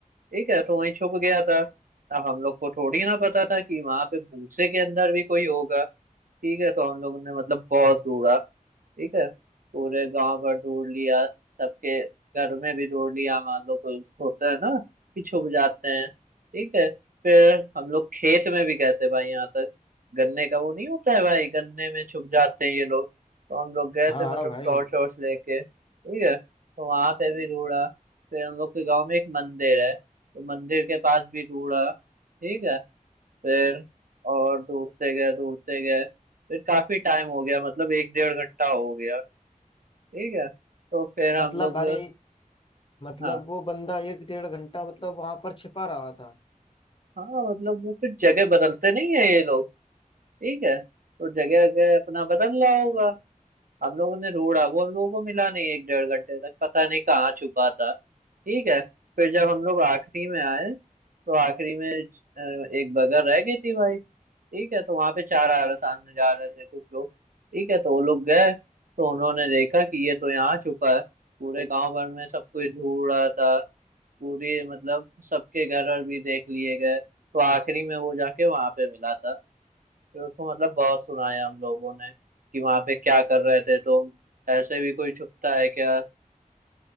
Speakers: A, on the right (about 75°); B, on the left (about 35°).
A: ठीक है तो वहीं छुप गया था अब हम लोग को थोड़ी ना पता था कि वहां पे भूसे के अंदर भी कोई होगा ठीक है तो हम लोगों ने मतलब बहुत ढूंढा ठीक है पूरे गांव भर ढूंढ लिया सबके घर में भी ढूंढ लिया मान लो कोई होता है ना कि छुप जाते हैं ठीक है फिर हम लोग खेत में भी गए थे भाई यहाँ तक गन्ने का वो नहीं होता है भाई गन्ने में छुप जाते हैं ये लोग तो हम लोग गए
B: हाँ
A: थे मतलब
B: हाँ भाई
A: टॉर्च वॉर्च लेके ठीक है तो वहां पे भी ढूंढा फिर हम लोग के गाँव में एक मंदिर है तो मंदिर के पास भी ढूंढा ठीक है फिर और ढूंढते गए ढूंढते गए फिर काफी टाइम हो गया मतलब एक डेढ़ घंटा हो गया ठीक है तो फिर हम
B: मतलब
A: लोग
B: भाई मतलब
A: हाँ
B: वो बंदा एक डेढ़ घंटा मतलब वहां पर छिपा रहा था
A: हाँ मतलब वो फिर जगह बदलते नहीं है ये लोग ठीक है तो जगह जगह अपना बदल रहा होगा हम लोगों ने ढूंढा वो हम लोगों को मिला नहीं एक डेढ़ घंटे तक पता नहीं कहाँ छुपा था ठीक है फिर जब हम लोग आखिरी में आए तो आखिरी में अ, एक बगर रह गई थी भाई ठीक है तो वहां पे चार अरसान जा रहे थे कुछ लोग ठीक है तो वो लोग गए तो उन्होंने देखा कि ये तो यहाँ छुपा है पूरे गांव भर में सब कोई ढूंढ रहा था पूरी मतलब सबके घर और भी देख लिए गए तो आखिरी में वो जाके वहां पे मिला था फिर उसको मतलब बहुत सुनाया हम लोगों ने कि वहां पे क्या कर रहे थे तुम ऐसे भी कोई छुपता है क्या